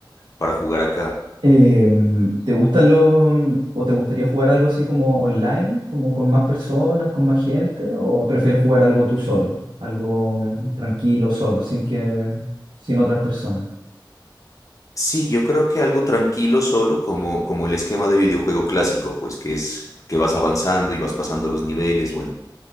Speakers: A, on the left; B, on the right.
A: para jugar acá?
B: Em, ¿te gustan los, o te gustaría jugar algo así como online, como con más personas, con más gente, o prefieres jugar algo tú solo, algo tranquilo, solo, sin que, sin otras personas?
A: Sí, yo creo que algo tranquilo solo, como, como el esquema de videojuego clásico, pues que es que vas avanzando y vas pasando los niveles, bueno.